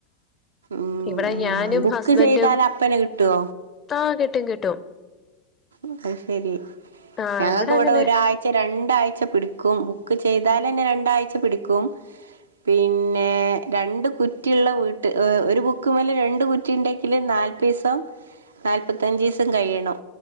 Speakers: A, on the right; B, on the left.
A: ഉ
B: ഇവിടെ
A: ഉ
B: ഞാനും
A: ബുക്ക്
B: ഹസ്ബൻഡും
A: ചെയ്താൽ അപ്പേന്നേ കിട്ടോ
B: ആ കിട്ടും കിട്ടും
A: അത് ശെരി
B: ആ
A: ഞങ്ങൾക്ക് ഇവിടെ
B: അങ്ങനെ
A: ഒരാഴ്ച രണ്ടാഴ്ച പിടിക്കും ബുക്ക് ചെയ്താലേന്നെ രണ്ടാഴ്ച്ച പിടിക്കും പിന്നെ രണ്ട് കുറ്റിയുള്ള വീട്ട് ഒരു ബുക്കുമല രണ്ട കുറ്റി ഉണ്ടെങ്കിൽ നാല് പസ നാല്പ്പത്തഞ്ച്സും കഴിയണോ